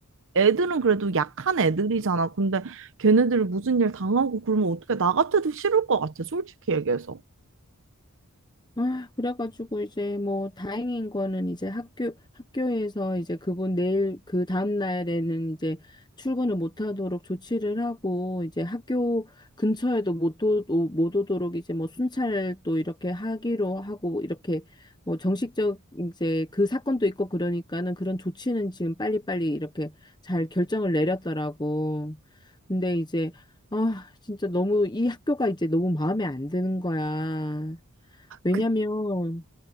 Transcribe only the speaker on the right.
애들은 그래도 약한 애들이잖아. 근데 걔네들이 무슨 일 당하고 그러면 어떻게 나 같아도 싫을 것 같아. 솔직히 얘기해서.
그,